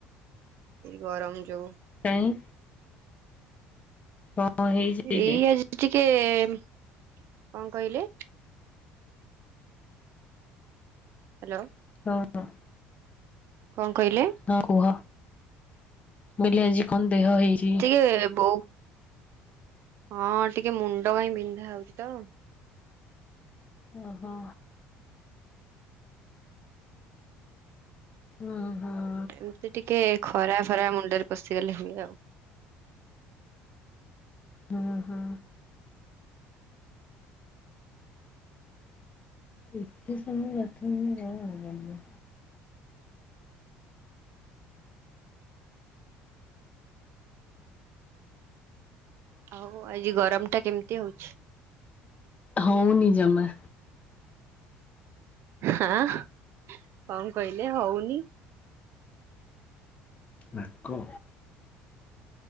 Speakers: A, on the right; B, on the left.
A: ଗରମ ଯୋଗୁ
B: କାଇଁ? କଣ ହେଇଛି
A: ଏଇ
B: କି
A: ଆଜି ଟିକେ କଣ କହିଲେ? ହ୍ୟାଲୋ
B: ହଁ ହଁ।
A: କଣ କହିଲେ?
B: ହଁ କୁହ ମୁଁ ବିଲ ଆଜି କଣ ଦେହ ହେଇଛି?
A: ସେ ବଉ ହଁ ଟିକେ ମୁଣ୍ଡ କାଇଁ ବିନ୍ଧା ହଉଛି ତ
B: ଓହୋ। ଅହଁ।
A: ଏମିତି ଟିକେ ଖରା ଫରା ମୁଣ୍ଡରେ ପଶିଗଲେ ହୁଏ ଆଉ।
B: ହୁଁ ହୁଁ। ଏତେ ସମୟ ବାଥ୍ ରୁମ୍ <unintelligible>
A: ଆଉ ଆଜି ଗରମ ଟା କେମିତି ହଉଛି?
B: ହଉନି ଜମା।
A: ହାଁ କଣ କହିଲେ ହଉନି?
B: ନାକ